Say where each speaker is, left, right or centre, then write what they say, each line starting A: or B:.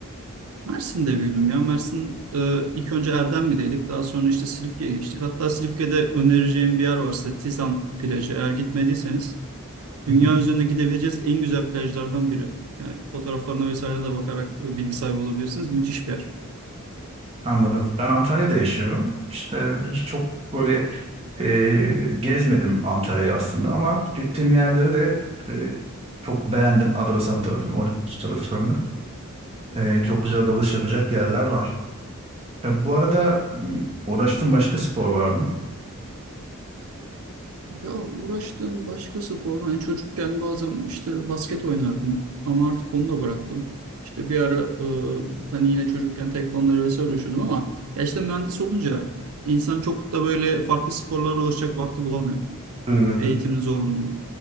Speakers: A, on the right; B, on the right.
A: Mersin'de büyüdüm ya. Mersin e, ilk önce Erdemli'deydik. Daha sonra işte Silifke'ye geçtik. Hatta Silifke'de önereceğim bir yer var size. Tisan plajı. Eğer gitmediyseniz
B: <laughs>
A: dünya üzerinde gidebileceğiz en güzel plajlardan biri. Yani fotoğraflarına vesaire de bakarak bilgi sahibi olabilirsiniz. Müthiş bir yer.
B: Anladım. Ben Antalya'da yaşıyorum. İşte hiç çok böyle e, gezmedim Antalya'yı aslında ama gittiğim yerleri de e, çok beğendim. Adrasan tarafını, Olimpos taraflarını. E, çok güzel dalış yapacak yerler var. E, bu arada m, uğraştığın başka spor var mı?
A: Ya uğraştığım başka spor hani çocukken bazen işte basket oynardım ama artık onu da bıraktım. İşte bir ara e, hani yine çocukken tekvandoyla vesaire uğraşıyordum ama ya işte mühendis olunca insan çok da böyle farklı sporlara ulaşacak vakti bulamıyor
B: Hı.
A: eğitimin zorluğunda.